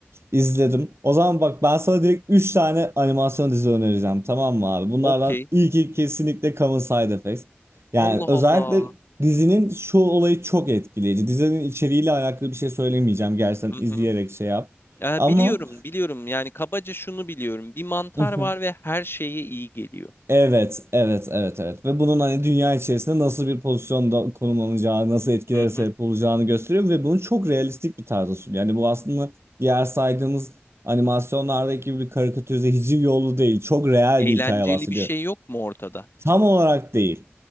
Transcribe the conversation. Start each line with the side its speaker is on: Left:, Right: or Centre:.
Right: İzledim. O zaman bak ben sana direkt 3 tane animasyon dizi önereceğim. Tamam mı abi? Bunlardan
Left: Okey.
Right: ilki kesinlikle Common Side Effects. Yani
Left: Allah
Right: özellikle
Left: Allah.
Right: dizinin şu olayı çok etkileyici. Dizinin içeriğiyle alakalı bir şey söylemeyeceğim. Gerçekten
Left: Hı
Right: izleyerek
Left: hı.
Right: şey yap.
Left: Ya
Right: Ama
Left: biliyorum biliyorum yani kabaca şunu biliyorum. Bir mantar
Right: Mhm.
Left: var ve her şeye iyi geliyor.
Right: Evet, evet, evet, evet. Ve bunun hani dünya içerisinde nasıl bir pozisyonda konumlanacağı, nasıl etkilere
Left: Hı
Right: sebep
Left: hı.
Right: olacağını gösteriyor ve bunu çok realistik bir tarzda sunuyor. Yani bu aslında diğer saydığımız animasyonlardaki gibi bir karikatürize hiciv yolu değil. Çok real
Left: Eğlenceli
Right: bir hikaye bahsediyor.
Left: bir şey yok mu ortada?
Right: Tam olarak değil.